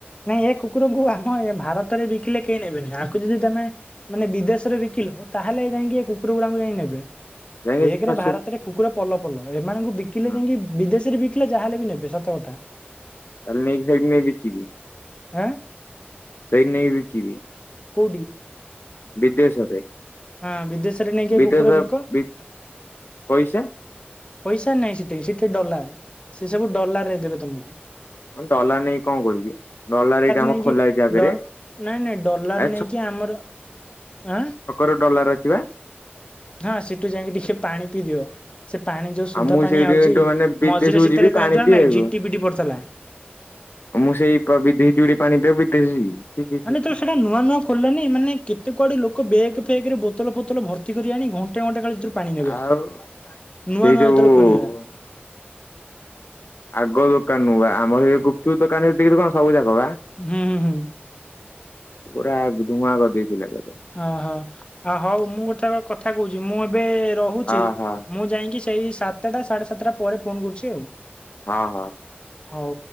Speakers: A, on the left; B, on the left.
A: ନାଇଁ ଏ କୁକୁରକୁ ଆମ ଏ ଭାରତରେ ବିକିଲେ କେହି ନେବେନି ଆକୁ ଯଦି ତମେ ମାନେ ବିଦେଶରେ ବିକିଲ ତାହେଲେ ଯାଇକି କୁକୁର ଗୁଡାଙ୍କୁ ଯାଇ ନେବେ।
B: ଯାଇକି
A: ରେ
B: ଫାଷ୍ଟ
A: ଭାରତରେ କୁକୁର ପଲ ପୋଲ ଏମାନଙ୍କୁ ବିକିଲେ
B: ହଁ
A: ଯାଇକି ବିଦେଶରେ ବିକିଲେ ଯାହାେଲେ ବି ନେବେ ସତ କଥା।
B: ତାହେଲେ ନେଇକି ଯାଇକି ନେଇ ବିକିବି?
A: ହାଁ?
B: ସେଇ ନେଇଁ ବିକିବି।
A: କୋଉଠି?
B: ବିଦେଶରେ
A: ହଁ ବିଦେଶରେ ନେଇକି
B: ବିଦେଶ
A: କୁକୁର ବିକ
B: ବି ପଇସା।
A: ପଇସା ନାହିଁ ସେଟ ସେଠ ଡଲାର। ସେ ସବୁ ଡଲାର ରେ ଦେବେ ତମକୁ?
B: ହ ଡଲାର ନେଇକି କଣ କରିବି ଡଲାର ଏଇଠି ଆମ
A: ନେଇକି
B: ଖୋଲା ହେଇଛି ଆଗରେ
A: ଡ ନାଇଁ ନାଇଁ ଡଲାର
B: ଆ
A: ନେଇକି ଆମର ଆଁ
B: ର ଡଲାର ଅଛି ବା?
A: ହଁ ସେଠୁ ଯାଇକି ଟିକେ ପାଣି ପିଇ ଦିଅ। ସେ ପାଣି ଯୋଉ ସୁଧ
B: ଆଉ ମୁଁ
A: ପାଣି
B: ସେଇଠି
A: ଆଉଛି,
B: ମାନେ ବିଦେଶକୁ
A: ମଝିରେ ସେଥିରେ
B: ଯିବି ପାଣି
A: ଜାଣିଛ
B: ପିଇବାକୁ
A: ନା ନାଇଁ ଝିଟି ପିଟି ପଡ଼ିଥିଲା।
B: ମୁଁ ସେଇ ବିଦେଶ ଜିଉଁଠି ପାଣି ପିବ ବିଦେଶ ଯିବି। ଛି ଛି ଛି
A: ମାନେ
B: ଛି
A: ତ ସେଟ ନୂଆ ନୂଆ ଖଲିଲାନି ମାନେ କେତେ କୁଆଡେ ଲୋକ ବେଗ୍ ଫେଗରେ ବୋତଲ ବୋତଲ ଭର୍ତି କରି ଆଣି ଘଣ୍ଟା ଗୋଟେ ଗଣ୍ଟେ କାଳେତରୁ ପାଣି ନେବେ
B: ଆଉ
A: ନୂଆ
B: ସେଇ
A: ନୂଆ
B: ଯୋଉ
A: ଯେତେବେଳେ ଖୋଲିଲା।
B: ଆଗ ଦୋକାନ ନୁ ବା ଆମର ଏଇ ଗୁପଚୁପ ଦୋକାନ ସେତିକିରି କଣ ସବୁ ଯାକ ବା।
A: ହୁଁ ହୁଁ ହୁଁ
B: ପୁରା ଧୂଆଁ କରିଦେଇଥିଲା କାଲି।
A: ଓହୋ ଆଉ ହଉ ମୁଁ ଗୋଟା କ କଥା କହୁଛି, ମୁଁ ଏବେ ରହୁଛି।
B: ଓହୋ
A: ମୁଁ ଯାଇକି ସେଇ ସାତଟା ସାଢେ ସାତଟା ପରେ ଫୋନ କରୁଛି ଆଉ।
B: ହଁ ହଁ।
A: ହଉ।